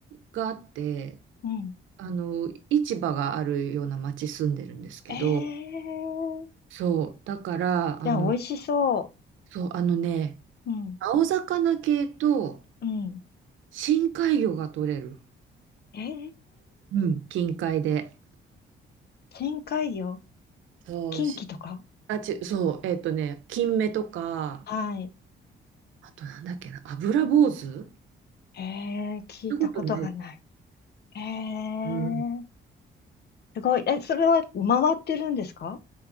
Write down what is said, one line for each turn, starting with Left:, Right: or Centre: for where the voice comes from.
Right: があって、
Left: うん。
Right: あの、市場があるような町住んでるんですけど、
Left: えー。
Right: そう、だから、あの、
Left: じゃあ、美味しそ
Right: そう、あのね、
Left: う。うん。
Right: 青魚系と
Left: うん。
Right: 深海魚が取れる。
Left: えー。
Right: うん、近海で。
Left: 深海魚
Right: そう、
Left: 近畿とか
Right: しあ、ち、そう、えっとね、金目とか、
Left: はい。
Right: あとなんだっけな、油坊主っ
Left: えー、聞いたことがない。
Right: てことない。
Left: えー。
Right: うん。
Left: すごい。え、それは回ってるんですか